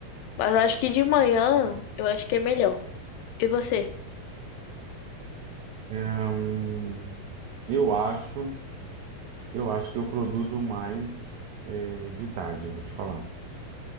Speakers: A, on the left (about 80°); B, on the right (about 85°).
A: Mas acho que de manhã eu acho que é melhor. E você?
B: É, hum, eu acho, eu acho que eu produzo mais, eh, de tarde, eu vou te falar.